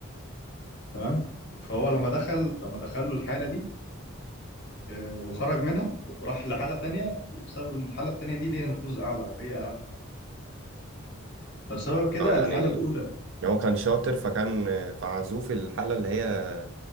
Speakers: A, on the left (about 50°); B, on the right (about 55°).
A: تمام فهو لما دخل لما دخل له الحالة دي آه، وخرج منها راح لحالة تانية بسبب ان الحالة التانية دي ليها نفوذ أعلى وهي أهم يعني فبسبب كده
B: اه يعني
A: الحالة الأولى
B: هو كان شاطر فكان فعزوه في الحالة اللي هي